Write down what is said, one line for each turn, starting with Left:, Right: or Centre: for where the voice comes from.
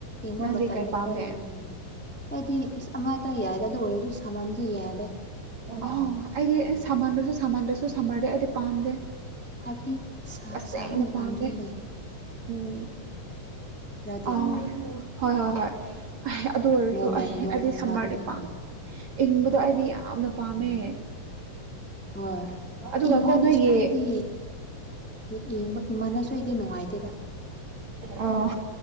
Centre: ꯏꯃ
Right: ꯅꯪꯗꯤ
Centre: ꯃꯇꯝꯥꯡꯗ
Right: ꯀꯩ ꯄꯥꯝꯃꯦ
Centre: ꯈꯔꯗꯤꯅ ꯑꯩꯗꯤ ꯑꯁ ꯑꯃꯇꯥ ꯌꯥꯏꯗ ꯑꯗꯨ ꯑꯣꯏꯔꯁꯨ ꯁꯥꯃꯟꯁꯦ ꯌꯥꯂꯦ
Right: ꯑ ꯑꯩꯗꯤ ꯁꯃꯟꯕꯁꯨ ꯁꯝꯃꯟꯗꯁꯨ ꯁꯝꯃꯔꯗꯤꯦ ꯑꯩꯗꯤ ꯄꯥꯝꯗꯦ
Centre: ꯍꯥꯏꯕꯗꯤ
Right: ꯇꯁꯦꯡꯅ
Centre: ꯁꯥꯕ ꯃꯇꯝꯗꯨꯅꯦ
Right: ꯄꯥꯝꯗꯦ ꯎꯝ
Centre: ꯈꯔꯗꯤ
Right: ꯑ ꯍꯣꯏ ꯍꯣꯏ ꯍꯣꯏ ꯑꯗꯨ ꯑꯣꯏꯔꯁꯨ
Centre: ꯅꯣꯔꯃꯦꯜ
Right: ꯑꯩ
Centre: ꯅꯣꯔꯃꯦꯜ
Right: ꯑꯩꯗꯤ ꯁꯝꯃꯔꯗꯤ
Centre: ꯁꯥꯕꯗꯣ
Right: ꯄꯥꯝꯪ ꯑꯗ ꯑꯩꯗꯤ ꯌꯥꯝꯅ ꯄꯥꯝꯃꯦ
Centre: ꯍꯣꯏ
Right: ꯑꯗꯨꯒ
Centre: ꯏꯃꯥꯟꯗꯁꯨ
Right: ꯀꯣ ꯅꯣꯏꯒꯤ
Centre: ꯑꯩꯗꯤ ꯌꯦꯡꯕ ꯏꯃꯅꯁꯨ ꯑꯩꯗꯤ ꯅꯨꯡꯉꯥꯏꯇꯦꯗ
Right: ꯎꯝ ꯑꯣ